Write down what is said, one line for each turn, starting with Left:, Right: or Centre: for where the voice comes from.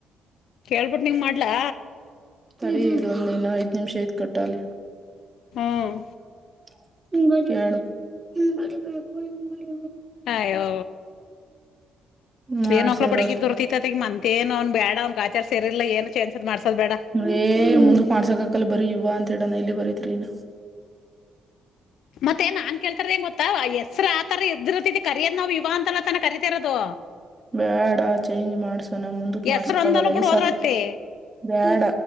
Left: ಕೇಳ್ಬಿಟ್ಟ ನಿಂಗ ಮಾಡ್ಲಾ.
Right: ಸರಿ ಇದೊಂದ್ ದಿನ ಐದ್ ನಿಮಿಷ ಐದ್ ಕೊಟ್ಟಾಲ.
Left: ಹ್ಮ್.
Right: ಹರಿರಿ ಬ <unintelligible>
Left: ಆಯೋ.
Right: ಮಾಡ್ಸಿರೋದು
Left: ಏನ್ೋಕ್ಳ ಬ ಬಿಡಗ ಇದ್ಿರ್ತಿತ್ತತಿ ಈ ಮಂತೇಏನ್ ಅವ್ ಬೇಡ ಅವನ ಆಚಾರ ಸರಿಿಲ್ಲ ಏ ಚೇಜಸ್್ ಮಾಡಸೋದ ಬೇಡ.
Right: ಅೇ ಮುಂದಕ್ ಮಾಡ್ಸಕಕಲ್ಲ ಬರೀ ಯುವ ಅಂತ ಹೇಳಣ ಇಲ್ಲಿ ಬರೀತ್ರಿನ.
Left: ಮತ್ತೆ ನಾನ್ ಕೇಳ್ತಾರದ ಏನ್ ಗೊತ್ತಾ ಹೆಸರು ಆತರ ಇದ್ದಿರ್ತಿದಿ ಕರಿಯೋದ ನಾವು ಇುವ ಅಂತಲ್ಲ ತನ ಕರಿತತಿ ಇರೋದು.
Right: ಬೇಡ ಚೇಂಜ್ ಮಾಡ್ಸಣ ಮುಂದಕ್
Left: ಹೆಸ್ರು
Right: ಮಾಡ್ಸಕ್
Left: ಒಂದಲ್ಲ
Right: ಆಗಲ್ಲ
Left: ಬಿಡು
Right: ಈಸ.
Left: ಹೋದ್ರತ್ತೆ
Right: ಬೇಡ